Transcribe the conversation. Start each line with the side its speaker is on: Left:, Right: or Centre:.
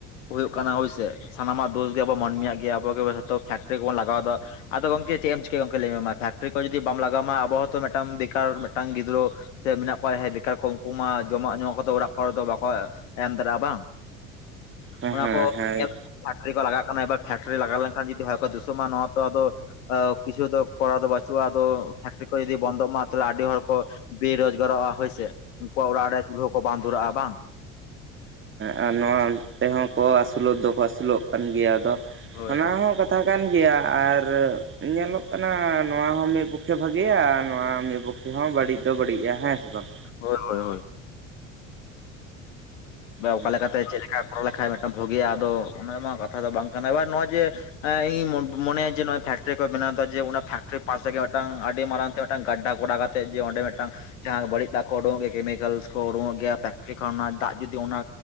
Left: ᱦᱩᱭᱩᱜ ᱠᱟᱱᱟ ᱦᱳᱭᱥᱮ ᱥᱟᱱᱟᱢᱟᱜ ᱫᱳᱥ ᱜᱮ ᱟᱵᱚ ᱢᱟᱹᱱᱢᱤᱭᱟᱜ ᱜᱮ, ᱟᱵᱚ ᱜᱮ ᱡᱷᱚᱛᱚ ᱯᱷᱮᱠᱴᱨᱤ ᱠᱚᱵᱚᱱ ᱞᱟᱜᱟᱣ ᱮᱫᱟ, ᱟᱫᱚ ᱜᱚᱝᱠᱮ ᱪᱮᱫ ᱮᱢ ᱪᱤᱠᱟᱹᱭᱟ ᱜᱚᱝᱠᱮ ᱞᱟᱹᱭᱢᱮ ᱢᱟ ᱯᱷᱮᱠᱴᱨᱤ ᱠᱚ ᱡᱩᱫᱤ ᱵᱟᱢ ᱞᱟᱜᱟᱣᱟ ᱢᱟ ᱟᱵᱚ ᱦᱚᱸᱛᱚ ᱢᱤᱫᱴᱟᱝ ᱵᱮᱠᱟᱨ ᱢᱤᱫᱴᱟᱝ ᱜᱤᱫᱽᱨᱟᱹ ᱥᱮ ᱢᱮᱱᱟᱜ ᱠᱚᱣᱟ ᱦᱮᱸ ᱵᱮᱠᱟᱨ ᱠᱚ ᱩᱱᱠᱩ ᱢᱟ ᱡᱚᱢᱟᱜ ᱧᱩᱣᱟᱜ ᱠᱚᱫᱚ ᱚᱲᱟᱜ ᱠᱚᱨᱮ ᱫᱚ ᱵᱟᱠᱚ ᱮᱢ ᱫᱟᱲᱮᱭᱟᱜᱼᱟ ᱵᱟᱝ? <inaudible>
Right: ᱦᱮᱸ
Left: ᱚᱱᱟ ᱠᱚ <unintelligible>
Right: ᱦᱮᱸ
Left: ᱯᱷᱮᱠᱴᱤ ᱠᱚ ᱞᱟᱜᱟᱜ ᱠᱟᱱᱟ᱾ ᱮᱵᱟᱨ ᱯᱷᱮᱠᱴᱟᱨᱤ ᱞᱟᱜᱟᱣ ᱞᱮᱱᱠᱷᱟᱱ ᱡᱚᱫᱤ ᱦᱚᱭ ᱠᱚ ᱫᱩ ᱫᱩᱥᱟᱹᱜ ᱢᱟ ᱱᱚᱣᱟ ᱛᱚ ᱟᱫᱚ ᱠᱤᱪᱩ ᱫᱚ ᱠᱚᱨᱟᱣ ᱫᱚ ᱵᱟᱪᱩᱜ-ᱟ ᱟᱫᱚ ᱯᱷᱮᱠᱴᱨᱤ ᱠᱚ ᱡᱩᱫᱤ ᱵᱚᱱᱫᱚᱜ ᱢᱟ ᱛᱟᱦᱚᱞᱮ ᱟᱹᱰᱤ ᱦᱚᱲ ᱠᱚ ᱵᱮᱨᱚᱡᱽᱜᱟᱨᱚᱜᱼᱟ᱾ ᱦᱳᱭᱥᱮ ᱩᱱᱠᱩᱣᱟᱜ ᱚᱲᱟᱜ ᱨᱮ ᱪᱩᱞᱦᱟᱹ ᱠᱚ ᱵᱟᱝ ᱫᱩᱨᱟᱜᱼᱟ ᱵᱟᱝ?
Right: ᱦᱮᱸ ᱱᱚᱣᱟ ᱛᱮᱦᱚᱸ ᱠᱚ ᱟᱹᱥᱩᱞᱚᱜ ᱫᱚᱠᱚ ᱟᱹᱥᱩᱞᱚᱜ ᱠᱟᱱ ᱜᱮᱭᱟ᱾ ᱟᱫᱚ
Left: ᱦᱳᱭ
Right: ᱚᱱᱟ
Left: ᱦᱳᱭ
Right: ᱦᱚᱸ ᱠᱟ ᱠᱟᱛᱷᱟ ᱠᱟᱱ ᱜᱮᱭᱟ ᱟᱨ ᱧᱮᱞᱚᱜ ᱠᱟᱱᱟ ᱱᱚᱣᱟ ᱦᱚᱸ ᱢᱤᱫ ᱯᱚᱠᱠᱷᱮ ᱵᱷᱟᱜᱮᱭᱟ ᱱᱚᱣᱟ ᱢᱤᱫ ᱯᱚᱠᱠᱷᱮ ᱵᱟᱹᱲᱤᱡ ᱫᱚ ᱵᱟᱹᱲᱤᱡ-ᱟ ᱦᱮᱸ ᱥᱮ ᱵᱟᱝ?
Left: ᱦᱳᱭ ᱦᱳᱭ ᱦᱳᱭ᱾ ᱛᱚᱵᱮ
Right: ᱦᱩᱸ
Left: ᱚᱠᱟ ᱞᱮᱠᱟᱛᱮ ᱪᱮᱫ ᱞᱮᱠᱟ ᱠᱚᱨᱟᱣ ᱞᱮᱠᱷᱟᱡ ᱢᱤᱫᱴᱟᱝ ᱵᱷᱟᱹᱜᱤᱭᱟ, ᱟᱫᱚ ᱚᱱᱟᱢᱟ ᱠᱟᱛᱷᱟ ᱫᱚ ᱵᱟᱝ ᱠᱟᱱᱟ ᱮᱵᱟᱨ ᱱᱚ ᱡᱮ ᱤᱧᱤᱧ ᱢᱚᱱᱮᱭᱟ ᱡᱮ ᱱᱚᱜ-ᱚᱭ ᱯᱷᱮᱠᱴᱨᱤ ᱠᱚ ᱵᱮᱱᱟᱣ ᱮᱫᱟ ᱡᱮ ᱚᱱᱟ ᱯᱷᱮᱠᱴᱨᱤ ᱯᱟᱥ ᱨᱮᱜᱮ ᱢᱤᱫᱴᱟᱝ ᱟᱹᱰᱤ ᱢᱟᱨᱟᱝ ᱛᱮ ᱢᱤᱫᱴᱟᱝ ᱜᱟᱰᱰᱟ ᱜᱚᱰᱟ ᱠᱟᱛᱮ ᱡᱮ ᱚᱸᱰᱮ ᱢᱤᱫᱴᱟᱝ ᱡᱟᱦᱟᱸ ᱵᱟᱹᱲᱤᱡ ᱫᱟᱜ ᱠᱚ ᱩᱰᱩᱠᱚᱜ ᱜᱮᱭᱟ᱾ ᱠᱮᱢᱤᱠᱮᱞᱥ ᱠᱚ ᱩᱰᱩᱠᱚᱜ ᱜᱮᱭᱟ ᱯᱷᱮᱠᱴᱨᱤ ᱠᱷᱚᱱᱟᱜ ᱫᱟᱜ ᱡᱩᱫᱤ ᱚᱱᱟ